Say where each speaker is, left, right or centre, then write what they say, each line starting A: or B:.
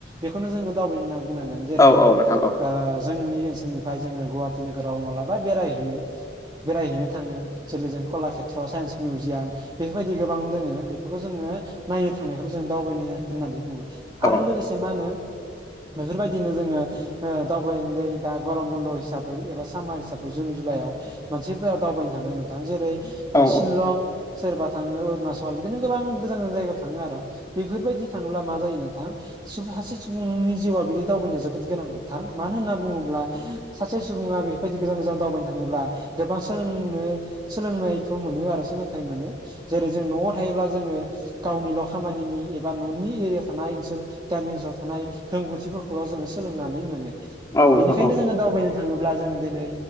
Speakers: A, on the right; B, on the left.
A: बेखौनो जोङो दावबायनाय होन बुंनांगोन जेरै
B: औ औ नोंथां औ
A: ओ जोंनि ओनसोलनिफ्राय जोङो गुवाहाटि नोगोराव मालाबा बेरायहैनो। बेरायहैनो थाङो जेरै जों कलाकेत्रआव साइन्स मिउजियाम। बेफोरबायदि गोबां दोङो बेफोरखौ जोङो नायनो थांनायखौ जों दावबायनाया होननानै बुङो।
B: औ
A: आरो लोगोसे मा होनो बेफोरबायदिनो जोङो ओ दावबायनो दैै दा गरम बन्द' हिसाबै एबा सामार हिसाबै जुन जुलाइआव। मानसिफोरा दावबायनो थाङोना नोंथां जेरै ओ
B: औ
A: शिलं सोरबा थाङो अरुणाचल बिदिनो गोबां गोजान गोजान जायगायाव थाङो आरो बेफोरबायदि थाङोब्ला मा जायो नोंथां सासे सुबुंनि जिउआ बिदि दावबायनाया जोबोद गोनां नथां मानो होन बुङोब्ला सासे सुबुङा बेफोरबायदि गोजान गोजान दावबायनो थाङोब्ला। गोबां सोलोंनो सोलोंनायखौ मोनो आरो सोलोंथाइ मोनो जेरै जों न'आव थायोब्ला जोङो गावनिल' खामानिनि एबा न'नि एरियायाव थानाय ओनसोल गामि ओनसोलाव थानाय रोंगौथिफोरखौ खौल' जोङो सोलोंनानै मोनो।
B: औ
A: बेनिखायनो
B: नोंथां
A: जोङो दावबायनो थाङोब्ला जोङो दिनै